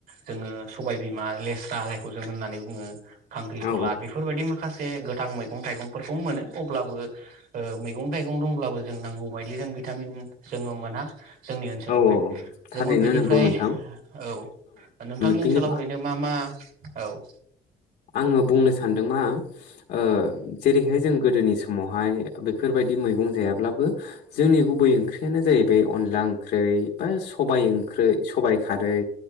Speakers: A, on the right; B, on the left.
A: जोङो सबाय बिमा लेस्रा बो होननानै बुङो खांख्रिखला
B: औ
A: बेफोरबायदि माखासे गोथां मैगं-थाइगंफोर <unintelligible> मोनो अब्लाबो ओ मैगं-थाइगं दंब्लाबो जों नांगौ बायदि जों भिटामिन जोङो मोना जोंनि ओनसोलावहाय
B: औ औ थारैनो
A: जोङो बेनिफ्राय
B: नंगौ नोंथां
A: औ नोंथांनि
B: बिनि
A: ओनसोलाव ओरैनो मा मा औ
B: आङो बुंनो सान सानदों मा ओ जेरैहाय जों गोदोनि समावहाय बेफोरबायदि मैगं जायाब्लाबो जोंनि गुबै ओंख्रियानो जाहैबाय अनला ओंख्रियै बा सबाय ओंख्रि सबाइ खारै,